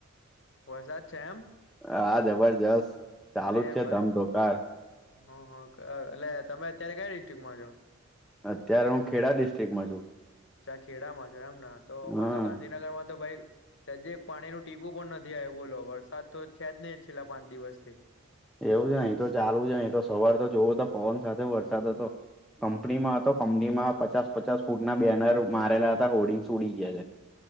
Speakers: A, on the left (about 60°); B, in the centre.
A: વરસાદ છે એમ
B: હ હા જબરજસ્ત ચાલુ
A: અરે
B: જ છે
A: ભાઈ
B: ધમધોકાર
A: હ હ એટલે તમે અત્યારે કઈ ડિસ્ટ્રિકમાં છો
B: અત્યારે હું ખેડા ડિસ્ટ્રિક્ટમાં છું
A: ચા ખેડામાં જો એમને તો અમારે
B: હા
A: તો ગાંધીનગર માં તો ભાઈ સજે એક પાણી નું ટીપું પણ નથી આવ્યું બોલો વરસાદ તો છે જ નહી છેલ્લા પાંચ દિવસ થી
B: એવું જ અહીં તો ચાલુ જ અહી તો સવારે તો જોવું તો પવન સાથે વરસાદ હતો કંપનીમાં હતો કંપનીમાં પચાસ પચાસ ફૂટના બેનર મારેલા હતા હોર્ડિંગ્ ઉડી ગયા છે